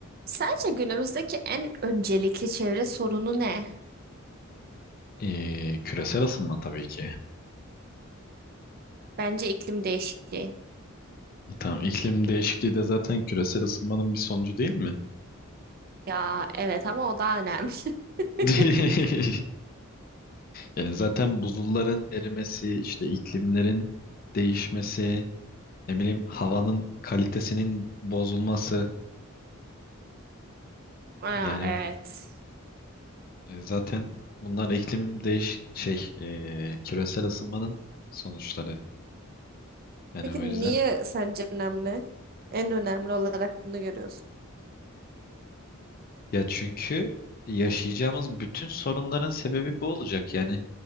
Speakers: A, on the right; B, on the left.
A: Sence günümüzdeki en öncelikli çevre sorunu ne?
B: Ee, küresel ısınma tabii ki.
A: Bence iklim değişikliği.
B: E, tamam iklim değişikliği de zaten küresel ısınmanın bir sonucu değil mi?
A: Ya evet ama o daha önemli. <laughs>
B: <laughs> Yani zaten buzulların erimesi, işte iklimlerin değişmesi, ne bileyim havanın kalitesinin bozulması.
A: Aa,
B: Yani
A: evet.
B: e, zaten bunlar iklim değiş şey e, küresel ısınmanın sonuçları. Yani
A: Peki
B: o
A: niye
B: yüzden
A: sence önemli? En önemli olarak bunu görüyorsun.
B: ya çünkü yaşayacağımız bütün sorunların sebebi bu olacak. Yani